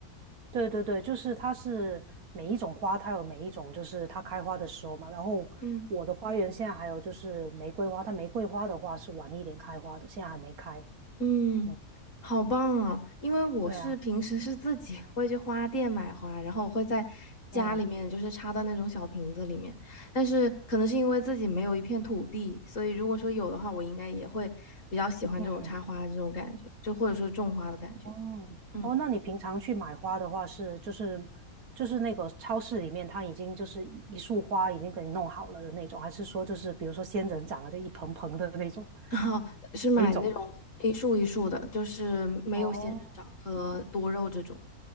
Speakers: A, on the right; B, on the left.
A: 对对对，就是它是每一种花，它有每一种就是它开花的时候嘛。然后我的花园现在还有就是玫瑰花，
B: 嗯。
A: 它玫瑰花的话是晚一点开花的，现在还没开。
B: 嗯，
A: 嗯，
B: 好棒啊！因为我是平时是自己会去花店买花，
A: 对啊，
B: 然后我会在家里面就是插到那种小瓶子里面，
A: 嗯
B: 但是可能是因为自己没有一片土地，所以如果说有的话，我应该也会比较喜欢这种插花的这种感觉，
A: 嗯。
B: 就或者说种花的感觉。
A: 哦哦，
B: 嗯，
A: 那你平常去买花的话是就是就是那个超市里面它已经就是一一束花已经给你弄好了的那种，还是说就是比如说仙人掌啊，就一盆盆的那种
B: 然后是买那种一束一束的，
A: 哪一种？
B: 就是没有仙人掌和多肉这种。
A: 哦